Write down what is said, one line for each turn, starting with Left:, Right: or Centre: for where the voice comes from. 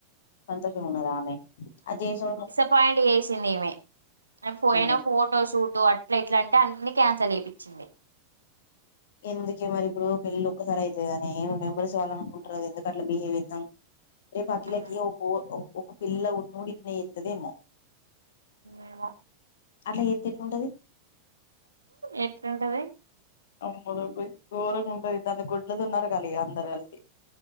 Left: కొంత ఉన్నది ఆమె అజే స
Right: అపాయింట్ చేసింది ఈమె ఆ పోయిన
Left: ఉమ్,
Right: ఫోటోస్ ఫోటో అట్లా ఇట్లా అంటే అన్నీ క్యాన్సల్ చేయిించింది
Left: ఎందుకే మరి ఇప్పుడు పెళ్ళ ఒక్కసారి అవుతుంది కాని మెంబర్స్వాలనుకుంటారు కద ఎందుకు అట్లా బిహేవ్ చేస్తుండు రేపు అటిలకి
Right: ఉమ్
Left: ఓ ఒక పిల్ల పుట్టిన ఇట్లనే చేరుతదేమో
Right: ఏమో
Left: అట్ల చేస్తే ఎట్లుంటది
Right: ఎట్లుంటది
Left: అమ రూపా ోరగా ఉంటుంది దాన్ని గొడ్డలితో నరకాలి ఇక అందరు కలిసి